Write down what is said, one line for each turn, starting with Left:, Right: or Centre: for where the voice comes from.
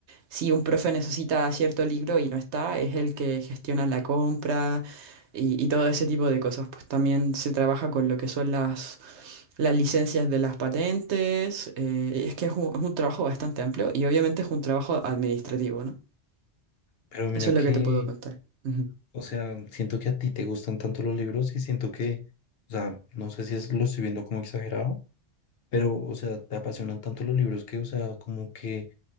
Right: si un profe necesita cierto libro y no está, es el que gestiona la compra y, y todo ese tipo de cosas. Pues también se trabaja con lo que son las, las licencias de las patentes. eh, es que es un, es un trabajo bastante amplio y obviamente es un trabajo administrativo, ¿no?
Left: pero mira
Right: Eso es
Left: que,
Right: lo que te puedo contar. Ujú.
Left: o sea, siento que a ti te gustan tanto los libros y siento que, o sea, no sé si es, lo estoy viendo como exagerado, pero, o sea, te apasionan tanto los libros que, o sea, como que